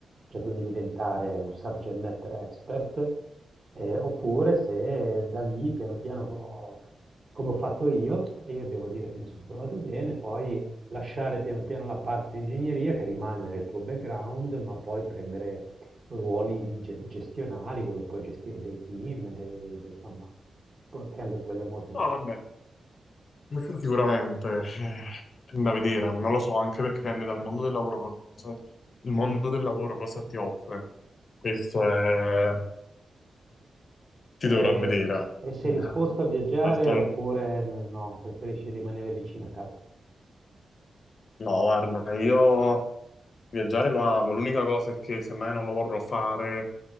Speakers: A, on the right (about 45°); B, on the left (about 60°).
A: cioè quindi diventare un subject matter expert, eh, oppure se da lì piano piano, come ho fatto io, e io devo dire che mi sono trovato bene, poi lasciare piano piano la parte di ingegneria che rimane nel tuo background, ma poi prendere ruoli di ge- gestionali dove puoi gestire dei team, dei- dei- insomma, po- che anche quello è molto interessante.
B: Ah, vabbè, Questo sicuramente eh, da vedere, non lo so, anche perché dipende dal mondo del lavoro cosa, il mondo del lavoro cosa ti offre. Questo è, ti
A: E,
B: dovrà vedere.
A: e sei
B: Eh,
A: disposto a viaggiare
B: altro-
A: oppure no, no, preferisci rimanere vicino a casa?
B: no, guarda, io Viaggiare lo amo, l'unica cosa è che semmai non lo vorrò fare